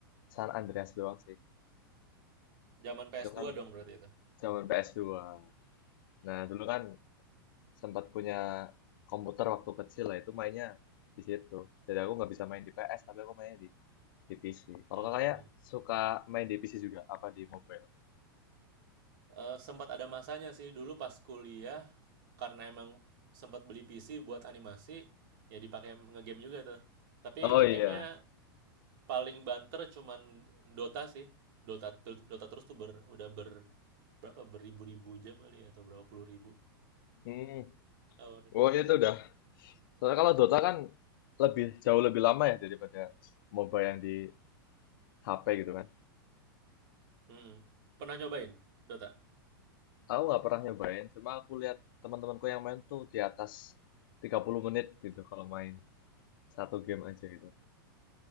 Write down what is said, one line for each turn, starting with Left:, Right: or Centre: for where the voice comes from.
Left: San Andreas doang sih.
Right: Zaman PS2
Left: Itu kan
Right: dong berarti itu.
Left: zaman ps dua. Nah dulu kan sempat punya komputer waktu kecil lah itu mainnya di situ. Jadi aku nggak bisa main di PS tapi aku mainnya di di PC. Kalau
Right: Hmm.
Left: kakaknya suka main di PC juga apa di mobile?
Right: Eh, sempat ada masanya sih dulu pas kuliah karena emang sempat beli PC buat animasi ya dipakai ngegame juga tuh. Tapi
Left: Oh
Right: ngegamenya
Left: iya.
Right: paling banter cuman Dota sih. Dota ter- Dota terus tuh ber, udah ber berapa beribu-ribu jam kali ya, atau berapa puluh ribu
Left: Hmm.
Right: lawannya.
Left: Oh itu udah. Soalnya kalau Dota kan lebih jauh lebih lama ya daripada MOBA yang di HP gitu kan.
Right: Mm-mm. Pernah nyobain Dota?
Left: Aku nggak pernah nyobain, cuma aku lihat teman-temanku yang main tuh di atas 30 menit gitu kalau main satu game aja gitu.